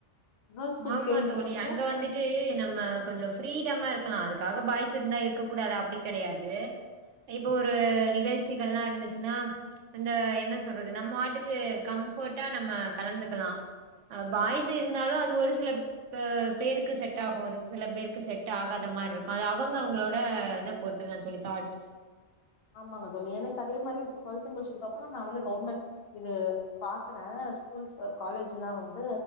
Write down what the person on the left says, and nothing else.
கேர்ள்ஸ் ஸ்கூல்
சேர்ந்ததுக்கு
அப்புறோ
ஆமா
ஆமாங்க தோழி எனக்கு அதே மாரி டுவெல்து முடிச்சதுக்கு அப்றோ நா வந்து கவுர்மெண்ட் இது பாக்குறே ஸ்கூல்ஸ் காலேஜ்ல்லா வந்து